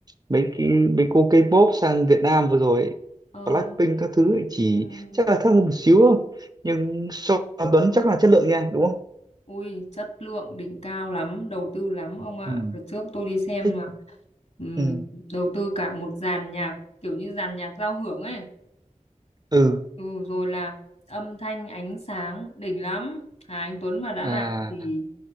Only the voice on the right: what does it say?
mấy cái mấy cô K-pop sang Việt Nam vừa rồi ấy,
Blackpink các thứ ấy chỉ
chắc là thấp hơn một xíu thôi nhưng so với Tuấn chắc là chất lượng nha đúng không
ừ.
thích
ừ.
ừ
à